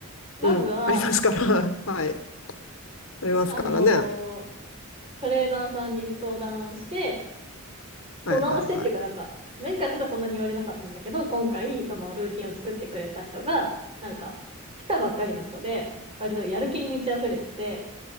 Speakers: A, on the right; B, on the left.
A: まずは、
B: うん。ありますから。<laughs> はい。ありますからね。
A: あのー
B: は
A: トレーナーさんに相談をして、
B: いはいはい。
A: 相談をしてっていうかなんか、前回の人はそんなに言われなかったんだけど、今回、そのルーティンを作ってくれた人が、なんか、来たばっかりの人で、割とやる気に満ち溢れてて、